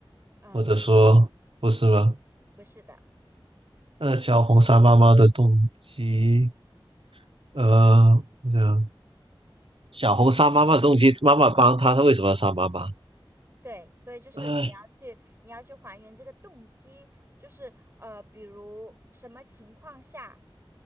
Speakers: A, on the right; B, on the right.
A: 呃，
B: 或者说不是吗？
A: 不是的，不是的，
B: 那小红杀妈妈的动机，呃，我想。
A: 你
B: 小红杀妈妈的动机，妈妈帮她，她为什么要杀妈妈？
A: 对，所以就是你要去，
B: 哎，
A: 你要去还原这个动机，就是呃，比如什么情况下，